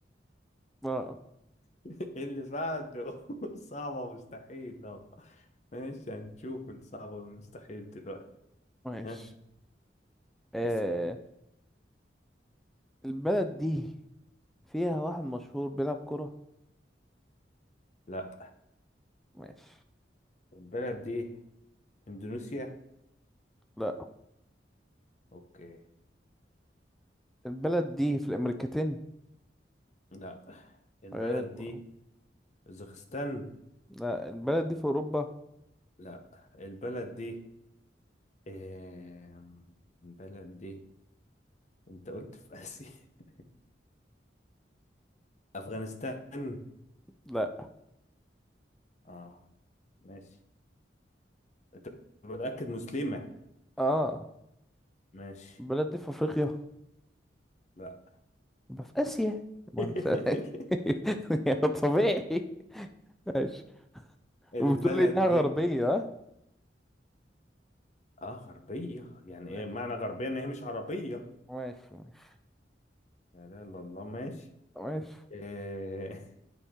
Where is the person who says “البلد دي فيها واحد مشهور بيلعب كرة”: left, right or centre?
Centre